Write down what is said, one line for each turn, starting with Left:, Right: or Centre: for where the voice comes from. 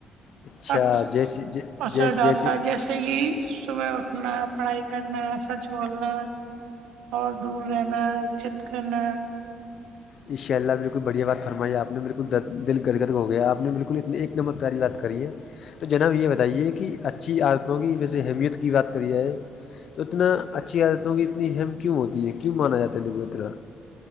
Left: اچھا
Right: عکس
Left: جیسی ج
Right: اثر
Left: جیس
Right: ڈالتا
Left: جیسیے
Right: ہے جیسے کہ صبح اٹھنا پڑھائی کرنا سچ بولنا اور دور رہنا عزت کرنا
Left: ان شاء اللہ بالکل بڑھیا بات فرمائی آپ نے بالکل د دل گدگدگ ہو گیا آپ نے بالکل اتنے ایک نمبر پیاری بات کری ہے تو جناب یہ بتائیے کہ اچھی عادتوں کی ویسے اہمیت کی بات کری جائے تو اتنا اچھی یادت ہوں کہ اتنی ہیہم کیوں ہوتی ہے کیوں مانا جاتا ہے ل کوو اترا